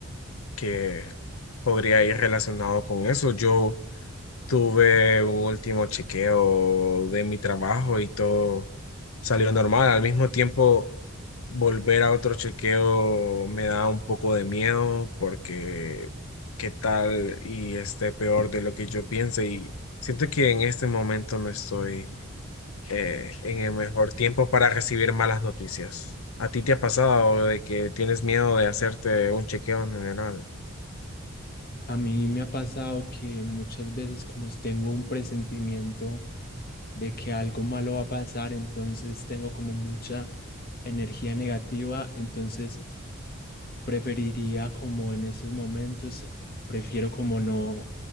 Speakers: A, on the left (about 75°); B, on the left (about 45°).
A: que podría ir relacionado con eso. Yo tuve un último chequeo de mi trabajo y todo salió normal. Al mismo tiempo, Volver a otro chequeo me da un poco de miedo porque qué tal y esté peor de lo que yo piense y siento que en este momento no estoy eh, en el mejor tiempo para recibir malas noticias. ¿A ti te ha pasado de que tienes miedo de hacerte un chequeo en general?
B: A mí me ha pasado que muchas veces como tengo un presentimiento de que algo malo va a pasar, entonces tengo como mucha energía negativa, entonces preferiría como en esos momentos, prefiero como no